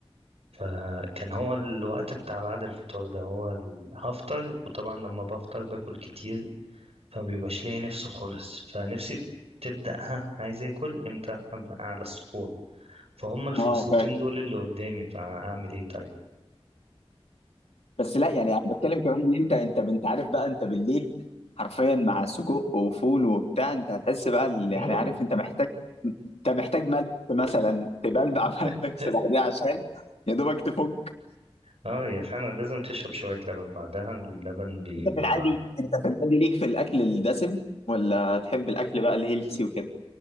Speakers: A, on the right; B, on the left.
A: فكان هو الوقت بتاع بعد الفطار ده هو ال- هفطر وطبعا لما بفطر باكل كتير فما بيبقاش ليا نفسي خالص فنفسي تبدأ ها عايز اكل امتى ابقى على السحور فهم الفسيتين
B: اه فاهم
A: دول اللي قدامي فهعمل ايه طيب
B: بس لا يعني انا بتكلم كمان ان انت انت انت عارف بقى انت بالليل حرفيا مع سجق وفول وبتاع انت هتحس بقى ال- يعني
A: فحموضة
B: عارف انت محتاج انت محتاج ملح مثلا تبلبع <laughs>
A: <laughs>
B: ملح بعديها عشان يا دوبك تفك
A: اه هي فعلا لازم تشرب شوية لبن بعدها اللبن بيبقى
B: انت في العادي انت في العادي ليك في الاكل الدسم ولا تحب الاكل بقى الهيلسي وكده